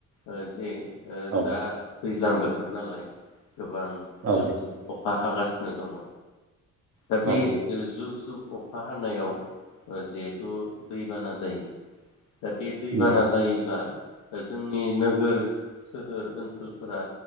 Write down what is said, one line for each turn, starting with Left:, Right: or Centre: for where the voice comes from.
Left: ओ जे ओ
Right: औ
Left: दा दैज्लां बोथोर नालाय। गोबां
Right: औ
Left: जुब जुब अ हा हागासिनो दङ। दाबि
Right: औ
Left: ओ जुब जु अखा हानायाव ओ जिहेथु दैबाना जायो। दा बे दैबाना
Right: उम
Left: जायोब्ला जोंनि नोगोर सोहोर ओनसोलफोरा